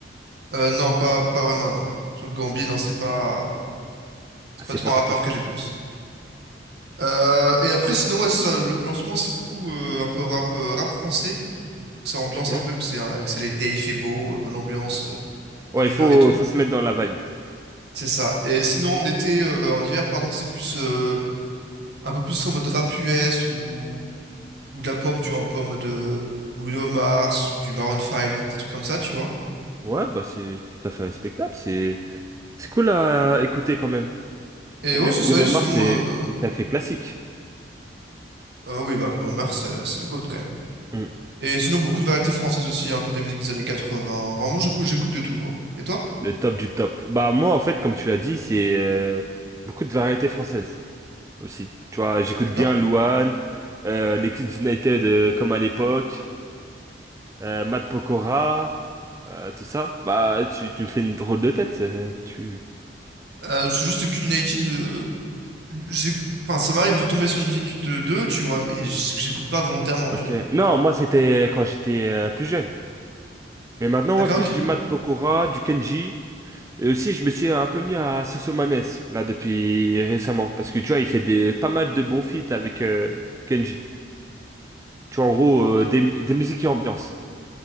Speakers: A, on the right; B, on the right.
A: Euh, non, pas, pas vraiment, non. Sur Gambi, non, c'est pas, c'est
B: Ah, C'est
A: pas trop
B: pas ton
A: un rappeur
B: kiff.
A: que j'écoute. Euh, et après, sinon, ouais, ça, le- en ce moment, c'est beaucoup euh, un peu rap, euh, rap français. que Ça ambiance
B: Ok.
A: un peu, que c'est un- que c'est l'été, il fait beau, euh, bonne ambiance, euh,
B: Ouais,
A: bonne
B: il
A: humeur
B: faut,
A: et tout.
B: faut se mettre dans la vibe.
A: C'est ça. Et sinon, en été, euh, en hiver, pardon, c'est plus euh, un peu plus en mode rap US ou, ou de la pop, tu vois, un peu en mode euh, Bruno Mars, du Maroon 5, des, des trucs comme ça, tu vois.
B: Ouais, bah c'est tout à fait respectable. C'est c'est cool à écouter quand même.
A: Et
B: Et
A: ouais,
B: même
A: c'est
B: Bruno
A: ça, et sinon,
B: Mars, c'est
A: euh,
B: des sacrés classiques.
A: euh, oui, bah, Bruno Mars, euh, c'est le GOAT quand même.
B: Hmm.
A: Et sinon, beaucoup de variétés françaises aussi, un peu des musiques des années quatre-vingts Vraiment, j'écoute, j'écoute de tout, quoi. Et toi?
B: Le top du top. Bah moi, en fait, comme tu l'as dit, c'est euh, beaucoup de variétés françaises aussi. Tu vois, j'écoute
A: D'accord?
B: bien Louane, euh, les Kids United euh, comme à l'époque. euh, Matt Pokora, euh, tout ça. Bah, tu, tu me fais une drôle de tête. euh, tu.
A: Euh, c'est juste que United, euh, j'ai, enfin, ça m'arrive de tomber sur une musique de deux, tu vois, mais j- j'écoute pas volontairement,
B: Ok.
A: tu vois.
B: Non, moi c'était euh, quand j'étais euh, plus jeune. Mais maintenant,
A: D'accord,
B: ouais, plus
A: ok.
B: du Matt Pokora, du Kenji. Et aussi, je me suis un peu mis à Sosomanes, là, depuis récemment. Parce que tu vois, il fait des, pas mal de bons feats avec euh, Kenji. Tu vois, en gros, euh,
A: Et-
B: des, des musiques et ambiance.